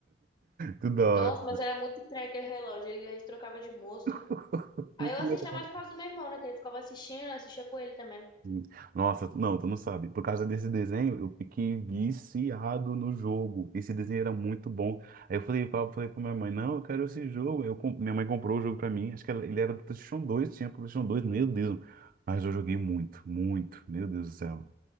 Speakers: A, on the right; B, on the left.
A: Tudo da hora.
B: Nossa, mas era muito estranho aquele relógio, ele ele trocava de monstro.
A: <laughs>
B: Aí
A: Muito
B: eu assistia
A: legal.
B: mais por causa do meu irmão, né? Que ele ficava assistindo, eu assistia com ele também.
A: Hum. Nossa, não, tu não sabe. Por causa desse desenho, eu fiquei viciado no jogo. Esse desenho era muito bom. Aí eu falei, pra- falei pra minha mãe, não, eu quero esse jogo. Eu, com- minha mãe comprou o jogo pra mim. Acho que ela- ele era do PlayStation 2, tinha pro PlayStation 2. meu Deus. Mas eu joguei muito, muito, meu Deus do céu.